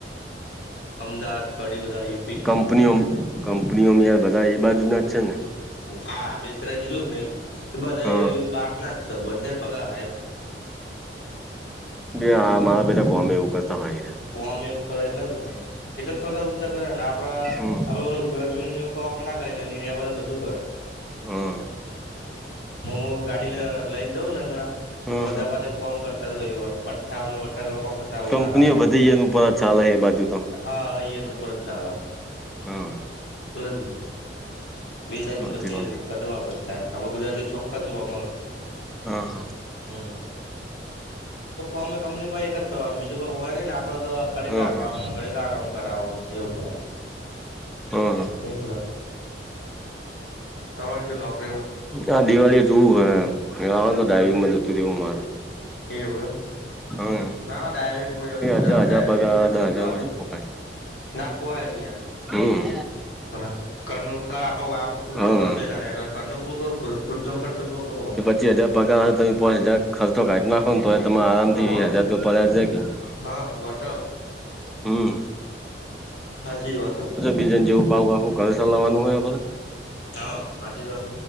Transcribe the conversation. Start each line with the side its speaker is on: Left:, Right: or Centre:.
Left: અમદાવાદ કડી બધારીએ.
Centre: કંપનીઓ કંપનીઓમાં યાર બધા એ બાજુ ના જ છે ને
Left: હા બેસરાજી રહ્યું જ નહી બધા
Centre: હા
Left: બહાર ના જ છ બધાને પગા
Centre: બે આ મારા પેલાા કોમે એવું કરતા હોય.
Left: કોમ એવું કરે એટલે જ એટલા જ પગાર રમ ઊંચા કરે ને આપડા
Centre: હમ
Left: આપડે એવું. ગરમી નવું કમ આપણે ના કરીધ. તું
Centre: હમ
Left: કરું ગાડી લ લઈને જઉ નહીણા.
Centre: હમ
Left: બધામાં
Centre: હમ
Left: કોમ કરતા હોય પઠા આ ભઠ્ કોમ કરતા.
Centre: કંપનીઓ
Left: ઉનાળા
Centre: વધી ગયા એ ન પણ ચાલ હ એ બાજુ તો.
Left: હા એ એન ઉપર જ ચાાલ
Centre: હા
Left: એટલ જ નહી. બે થાય
Centre: સાચી
Left: ને બધે
Centre: વાત
Left: એવું કદવા બધાાય આપડે ગુજરાતી ચોખક્ક જ જોવા મળે
Centre: હા હા.
Left: હમ અમે કંપની ભાઈ એક જ કરવાનું બીજું કોઈ હોય ને ને આપડે તો. કડી
Centre: હા
Left: કા
Centre: હા
Left: કામ ન કડી કા કામ કરાવવ એવું
Centre: હા
Left: કર એટલે. તમાળ નોક.
Centre: આ દિવાળી એ જોવું હ આ તો ડાઈવિંગ બંધતુંવું મારે.
Left: એવું એમ.
Centre: હા
Left: ના ના ડાવિંગ મુ એકલું
Centre: દસ
Left: જ ડાવિંગ
Centre: હજાર પગાર
Left: એકલું હોય ને
Centre: દસ
Left: એવું
Centre: હજારમાં
Left: ચલે.
Centre: શું પોહાય
Left: ના કવા ગ
Centre: હમ
Left: થરા ઘરનું આપડો ખુદ
Centre: હા
Left: નો ખર્ચો એ ના ઘરનું પું કરું ખુદ નો ખર્ચો પડો કરવો.
Centre: પચસ હજાર પકા તોમે પ પાચ હજ ખર્ચો કા ના. ફન તો તમારે આરામ
Left: હોવ
Centre: થી હજાર તો પડ્યા જાય કે
Left: હા વાતો
Centre: હમ.
Left: સાચી વાત
Centre: બીજને જેવું પા હું ઘર લવાનું હોય આપ
Left: હા હાચી વાત.